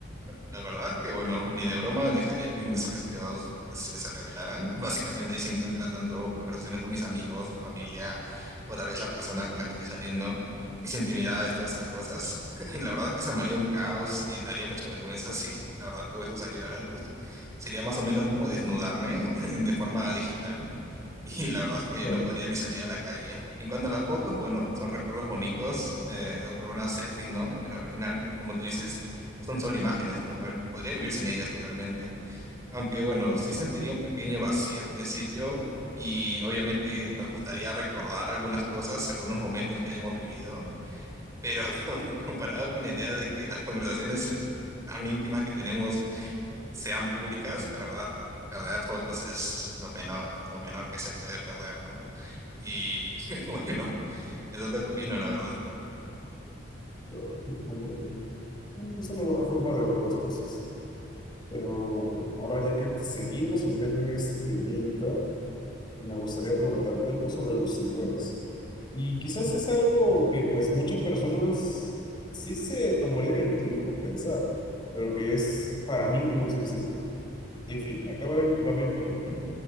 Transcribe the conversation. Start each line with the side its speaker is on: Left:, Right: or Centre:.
Right: La verdad es que, bueno, ni de broma dejaría que mis mensajes privados se, se revelaran. Básicamente ahí se encuentra tanto conversaciones con mis amigos, familia, o tal vez la persona con la que estoy saliendo, mis intimidades, todas esas cosas. <laughs> La verdad es que se armaría un caos y daría mucha vergüenza si la verdad todo eso saliera a la luz. Sería más o menos como desnudarme <laughs> de forma digital. Y la verdad es que
Left: Claro,
Right: no podría ni salir a la calle. En cuanto a las fotos, bueno, son recuerdos bonitos, eh, algunas selfies, ¿no? Pero al final, como tú dices, son solo imágenes, ¿no? Cual- Podría vivir sin ellas totalmente. Aunque bueno, sí sentiría un pequeño vacío al principio y obviamente nos costaría recordar algunas cosas, algunos momentos que hayamos vivido, pero <laughs> comparado con la idea de que las conversaciones eh, tan íntimas que tenemos sean públicas, la verdad, perder fotos es lo menor, lo menor que se puede perder, ¿no? Y <laughs> bueno, eso es lo que opino, la verdad.
Left: claro, <laughs> comprendo. Mm, Es una buena forma de ver las cosas. Pero bueno, ahora ya que seguimos enviando en este temita, me gustaría preguntarte algo sobre los seguidores. Y quizás es algo que pues muchas personas sí se tomarían el tiempo en pensar, pero que es para mí muy sencillo. En fin, acá va, mi- va mi pregunta.
Right: ¿Mm?